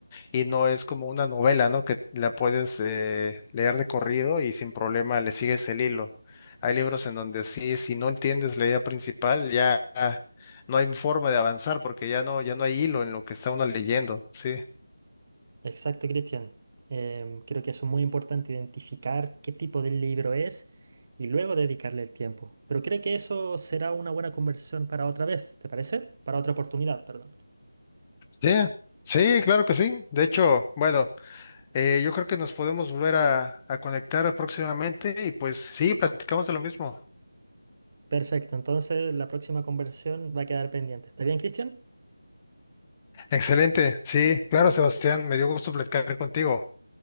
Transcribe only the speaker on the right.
Exacto, Cristian. Em, creo que eso es muy importante, identificar qué tipo de libro es y luego dedicarle el tiempo. Pero creo que eso será una buena conversación para otra vez, ¿te parece? Para otra oportunidad, perdón.
Perfecto, entonces la próxima conversación va a quedar pendiente. ¿Está bien, Cristian?